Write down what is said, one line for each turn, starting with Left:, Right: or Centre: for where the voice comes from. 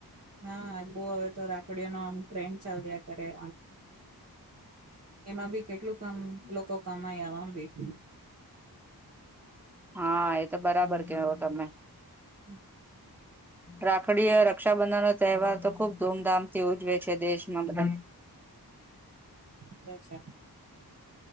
Right: હા, બહુ હવે તો રાખડીઓ નો ટ્રેન ચાલ રહ્યા કરેએ. એમાં ભી કેટલું કામ લોકો કમાય <unintelligible>
Centre: હા એ તો બરાબર, કેવો તમે.
Right: હમ.
Centre: રાખડીય રક્ષાબંધન જ તહેવાર તો ખુબ ધૂમધામ થી ઉજવે છે દેશમાં બધા
Right: તો છે.